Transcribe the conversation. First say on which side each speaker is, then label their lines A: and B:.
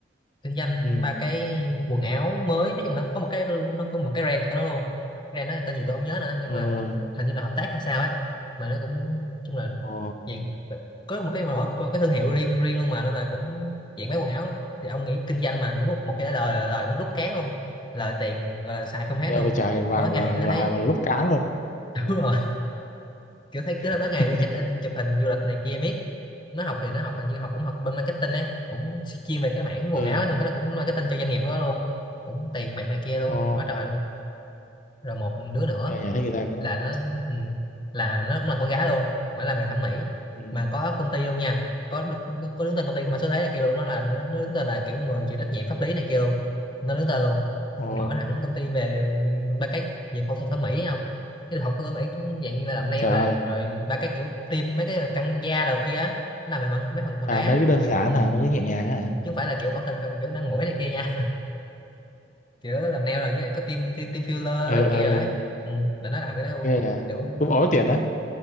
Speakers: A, on the left; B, on the left.
A: kinh doanh
B: ừ
A: ba cái quần áo mới nói chung là có một cái nó có một cái brand của nó luôn brand đó là tên gì tôi không nhớ nữa nhưng
B: ừ
A: mà hình như là hợp tác hay sao ấy mà nó cũng nói chung là
B: ồ
A: dạng có một cái mà có một cái thương hiệu riêng riêng luôn mà nên là cũng dạng bán quần áo thì ông nghĩ kinh doanh mà một một cái lời lời nó rút cán luôn lời tiền gọi là xài không hết
B: nghe
A: luôn
B: về chạy lại
A: tối
B: và
A: ngày
B: lại
A: cứ thấy
B: và lúc cá luôn
A: <laughs> đúng rồi kiểu thấy cứ
B: <laughs>
A: tới ngày đi check in chụp hình du lịch này kia miết nó học thì nó học hình như học cũng học bên marketing ấy cũng chuyên về cái mảng quần
B: ừ
A: áo ấy, xong cái nó cũng marketing cho doanh nghiệp của nó luôn cũng tiền bạc này kia luôn
B: ồ
A: quá trời luôn rồi một đứa nữa
B: nghe nhà thấy người ta cũng
A: là nó ừ, là nó cũng là con gái luôn mà làm về thẩm mỹ
B: ừ
A: mà có công ty luôn nha có đ- có đứng tên công ty của mã số thế này kia luôn nó là nó, nó đứng tên là kiểu người chịu trách nhiệm pháp lý này kia luôn nó đứng tên luôn
B: ồ
A: mở hẳn công ty về ừm, ba cái về phẫu thuật thẩm mỹ ấy không cái phẫu thuật thẩm mỹ cũng dạng như là làm nail
B: trời
A: là
B: ơi
A: rồi ba cái kiểu tiêm mấy cái là căng da đầu kia á, nó làm về mấy phần phần
B: À
A: đấy á
B: mấy cái đơn
A: mà kiểu
B: giản
A: ừ,
B: hả, mấy cái nhẹ nhàng á hả?
A: ừ, chứ không phải là kiểu phẫu thuật kiểu nâng mũi này kia nha kiểu làm nail rồi như vậy có team team filler
B: Ờ
A: này kia
B: ờ
A: đấy
B: ờ,
A: ừ, là nó làm cái đấy luôn
B: ghê à.
A: kiểu
B: Cũng ối
A: cũng
B: tiền á.